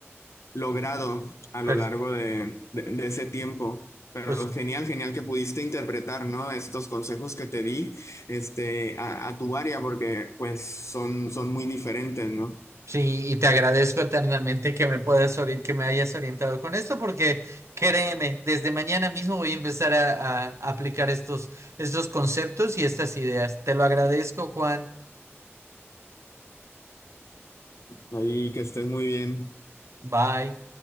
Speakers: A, on the left; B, on the right.
A: logrado a lo
B: Pues,
A: largo de, de, de ese tiempo. Pero
B: pues
A: genial, genial que pudiste interpretar, ¿no? Estos consejos que te di, este, a, a tu área, porque pues son, son muy diferentes, ¿no?
B: sí, y te agradezco eternamente que me puedas ori- que me hayas orientado con esto, porque créeme, desde mañana mismo voy a empezar a, a aplicar estos, estos conceptos y estas ideas. Te lo agradezco, Juan.
A: Ahí que estés muy bien.
B: Bye.